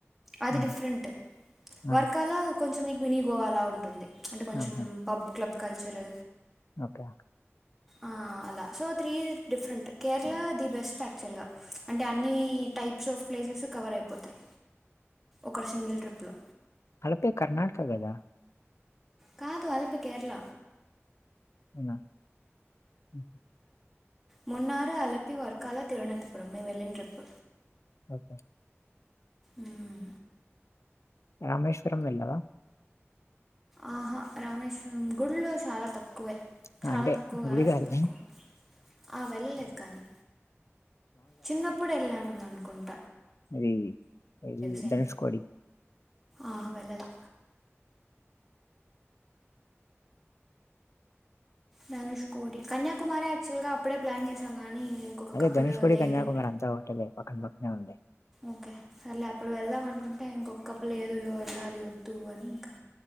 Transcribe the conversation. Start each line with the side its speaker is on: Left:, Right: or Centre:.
Centre: అది
Left: హ్మ్.
Centre: డిఫరెంట్
Left: ఆ!
Centre: వర్కాల కొంచెం నీకు మినీ గోవలా ఉంటుంది అంటే కొంచెం
Left: ఆహా!
Centre: పబ్ క్లబ్ కల్చర్
Left: ఓకే
Centre: ఆ అలా so three different Kerala the best యాక్చువల్గా అంటే అన్ని టైప్స్ ఆఫ్ ప్లేస్ <unintelligible> కవర్ అయిపోతాయి ఒక సింగిల్ ట్రిప్ లో
Left: అలపీ కర్ణటక గదా
Centre: కాదు అలపీ కేరళ
Left: అవునా? హ్మ్.
Centre: మోన్నారు అలపి వర్కాల తిరువనంతపురం మేము వెళ్ళిన ట్రిప్
Left: ఓకే
Centre: మ్మ్
Left: రామేశ్వరం వెళ్ళావా?
Centre: ఆహా రామేశ్వరం గుళ్లు చాలా తక్కువే
Left: ఆ
Centre: చాలా
Left: అంటే
Centre: తక్కువ కాదు
Left: గుడి
Centre: అసలు
Left: కాదులే
Centre: తక్కువ ఆ వెళ్ళలేదు కానీ చిన్నప్పుడు వెళ్ళానుఅనుకుంట
Left: అది అది
Centre: సేమ్
Left: ధనుస్కోడి
Centre: ఆహా వెళ్ళలా ధనుష్ కోడి కన్యాకుమారి ఆక్చువల్ గా అప్పుడే ప్లాన్ చేశాం కానీ ఇంకొక
Left: అదే
Centre: కపుల్
Left: ధనుష్కోడి
Centre: లేదు
Left: కన్యాకుమారి అంతా ఒకటేలె పక్కన పక్కనే ఉండే
Centre: ఓకే సర్లే అప్పుడు వెళ్దాం అనుకుంటే ఇంకొకప్పులో ఏదో ఏదో వెళ్ళాలి వద్దు అని ఇంకా